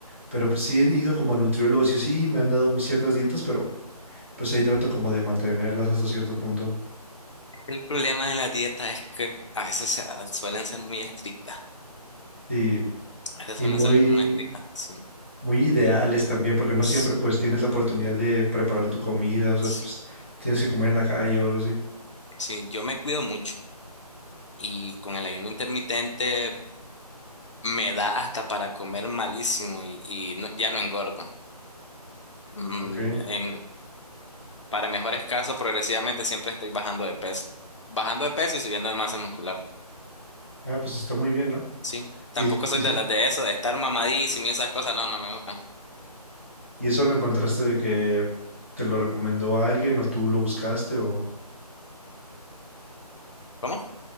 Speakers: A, on the right; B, on the left.
A: Pero pues sí he ido como a nutriólogos y así, me han dado mis ciertas dietas, pero pues ahí trato como de mantenerlas hasta cierto punto.
B: El problema de la dieta es que a veces se- suelen ser muy estrictas.
A: Y,
B: A veces
A: y
B: suelen
A: muy,
B: ser muy estrictas. Sí.
A: muy ideales también, porque no
B: Sí.
A: siempre pues tienes la oportunidad de preparar tu comida, o sea,
B: Sí.
A: pues tienes que comer en la calle o algo así.
B: Sí, Yo me cuido mucho y con el ayuno intermitente me da hasta para comer malísimo y, y no- ya no engordo. Mm,
A: Ok.
B: en, para mejores casos, progresivamente siempre estoy bajando de peso. Bajando de peso y subiendo de masa muscular.
A: Ah, pues está muy bien, ¿no?
B: Sí. Tampoco
A: Y, es-
B: soy
A: y eso,
B: de las de eso, de estar mamadísimo y esas cosas. No, no me gustan.
A: y eso lo encontraste de que te lo recomendó alguien o tú lo buscaste o...
B: ¿Cómo?